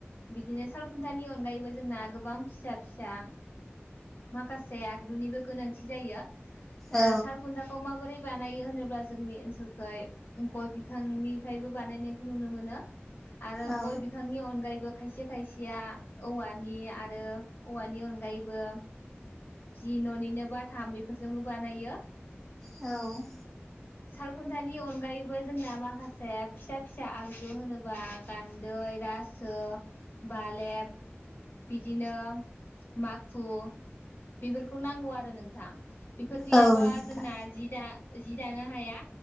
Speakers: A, on the left; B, in the centre.
A: बिदिनो साल, घुन्टा नि अनगायैबो जोंना गोबां फिसा फिसा माखासे आगजुनिबो गोनांथि जायो। ओ
B: औ
A: सारखुन्थाखौ माबोरै बानायो होनोब्ला जोंनि ओनसोलखै गय बि फांनि फायबो बानायनायखौ नुनो मोनो आरो
B: औ
A: गय बिफांनि अनगायैबो खायसे खायसेया औवानि आरो औवानि अनगायैबो जि न'निनो बाथाम बेफोरजोंबो बानायो
B: औ
A: साल खुन्थानि अनगायैबो जोंना माखासे फिसा फिसा आगजु होनोबा गान्दै, रासो बा फालेब बिदिनो माखु बेफोरखौ नांगौ आरो नोंथां बेफोर गैयाबा
B: औ नोंथां
A: जोंना जि दा जि दानो हाया।